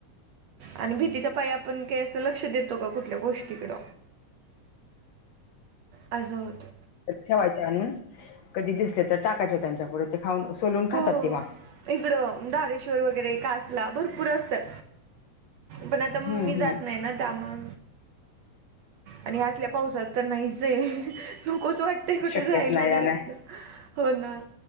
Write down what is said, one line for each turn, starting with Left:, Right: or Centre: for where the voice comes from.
Right: आणि भीतीच्या पाइं आपण. असं लक्ष देतो का कुठल्या गोष्टीकड असं होत.
Left: ठेवायचे आणून कधी दिसले तर टाकायचे त्यांच्या पुढे ते खाऊन सोलून खातात
Right: हो
Left: तेी माग.
Right: इकडं धारेश्वर वगैरे कासला भरपूर असतात. पण आता मी
Left: हम्म
Right: जात
Left: हम्म
Right: नाही ना त्यामु आणि आल्या पावसाच तर नाहीच जाईल. नकोच वाटतय कुठे
Left: शक्यच
Right: जायला घरात
Left: जाणार
Right: ना हो ना.